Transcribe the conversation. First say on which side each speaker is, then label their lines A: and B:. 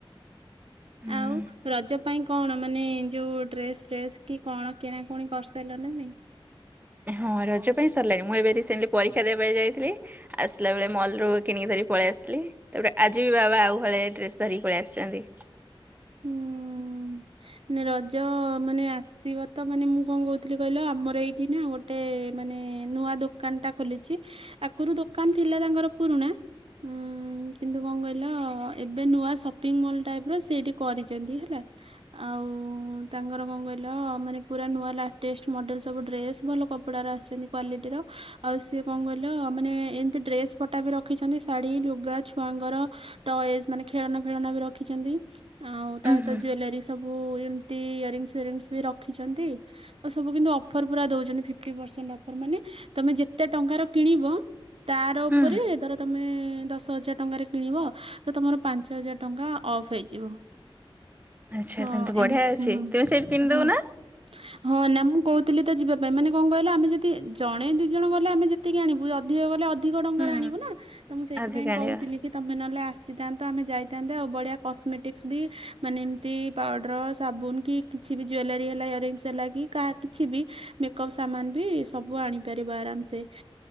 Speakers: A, on the right; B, on the right.
A: ହୁଁ
B: ଆଉ ରଜ ପାଇଁ କଣ ମାନେ ଯୋଉ ଡ୍ରେସ୍ ଫ୍ରେସ୍ କି କଣ କିଣାକୁଣି କରିସାରିଲନି ନା ନାଇଁ।
A: ହଁ ରଜ ପାଇଁ ସାରିଲାଣି ମୁଁ ଏବେ ରିସେଣ୍ଟଲି ପରୀକ୍ଷା ଦେବା ପାଇଁ ଯାଇଥିଲି। ଆସିଲା ବେଳେ ମଲ୍ରୁ କିଣିକି ଧରି ପଳେଇ ଆସିଲି। ତାପରେ ଆଜି ବି ବାବା ଆଉ ହଳେ ଡ୍ରେସ୍ ଧରିକି ପଳେଇ ଆସିଚନ୍ତି।
B: ଉଁ। ରଜ ମାନେ ଆସିବ ତ ମାନେ ମୁଁ କଣ କହୁଥିଲି କହିଲ ଆମର ଏଇଠି ନା ଗୋ ଗୋଟେ ମାନେ ନୂଆ ଦୋକାନ ଟା ଖୋଲିଚି। ଆଗରୁ ଦୋକାନ ଥିଲା ତାଙ୍କର ପୁରୁଣା। ଉଁ ହୁଁ କିନ୍ତୁ କଣ କଇ ହିଲ ଏବେ ନୂଆ ସପିଂମଲ୍ ଟାଇପ୍ର ସେ ଏଠି କରିଚନ୍ତି ହେଲା। ଆଉ ତାଙ୍କର କଣ କହିଲ ମାନେ ପୁରା ନୂଆ ଲାଟେଷ୍ଟ ମଡେଲ ସବୁ ଡ୍ରେସ୍ ଭଲ କପଡାର ଆସିଚନ୍ତି। କ୍ଵାଲିଟିର ଆଉ ସିଏ କଣ କହିଲ ମାନେ ଏମିତି ଡ୍ରେସ ପଟା ବି ରଖିଚନ୍ତି ଶାଢ଼ୀ ଲୁଗା। ଛୁଆଙ୍କର ଟଏଜ୍ ମାନେ ଖେଳନା ଫେଳନା ବି ରଖିଛନ୍ତି ଆଉ ତା
A: ଉଁ
B: ସହିତ
A: ହୁଁ
B: ଜୁଏଲାରୀ। ସବୁ। ଏମିତି ଇୟରିଙ୍ଗ୍ ଫିୟରିଙ୍ଗସ୍ ବି ରଖିଛନ୍ତି। ଓ ସବୁ କିନ୍ତୁ ଅଫର୍ ପୁରା ଦଉଛନ୍ତି ଫିପ୍ଟି ପରସେଣ୍ଟ୍ ଅଫର୍ ମାନେ ତମେ ଯେତେ ଟଙ୍କାର କିଣିବ ତାର ଉପରେ
A: ହୁଁ
B: ଧର ତମେ ଦଶ ହଜାର ଟଙ୍କାରେ କିଣିବ ତ ତମର ପାଞ୍ଚ ହଜାର ଟଙ୍କା ଅଫ୍ ହେଇଯିବ।
A: ଆଚ୍ଛା
B: ହ
A: ତାହେଲେ ତ ବଢିଆ
B: ଏମ୍
A: ଅଛି
B: ହଁ
A: ତୁମେ ସେଇଠୁ କିଣିଦବ
B: ହୁଁ।
A: ନା?
B: ହଁ ନା ମୁଁ କହୁଥିଲି ତ ଯିବା ପାଇଁ ମାନେ କଣ କହିଲ ଆମେ ଯଦି ଜଣେ ଦି ଜଣ ଗଲେ ଆମେ ଯେତିକି ଆଣିବୁ ଅଧିକ ଗଲେ ଅ ଅଧିକ ଟଙ୍କାରେ
A: ହୁଁ
B: ଆଣିବ ନା ତ ମୁଁ ସେଇଥିପାଇଁ
A: ଅଧିକା ଆଣିବା
B: କହୁଥିଲି। କି ତମେ ନ ହେଲେ ଆସିଥାନ୍ତ ଆମେ ଯାଇଥାନ୍ତେ ଆଉ ବଢିଆ କସ୍ମେଟିକ୍ସ ବି ମାନେ ଏମ୍ତି ପାଉଡ଼ର୍ ସାବୁନୁ କି କିଛି ବି ଜୁଏଲାରୀ ହେଲା ଇୟରିଙ୍ଗସ୍ ହେଲା କି କା କିଛି ବି ମେକ୍ଅପ୍ ସାମାନ ବି ସବୁ ଆଣି ପାରିବ ଆରାମ୍ ସେ।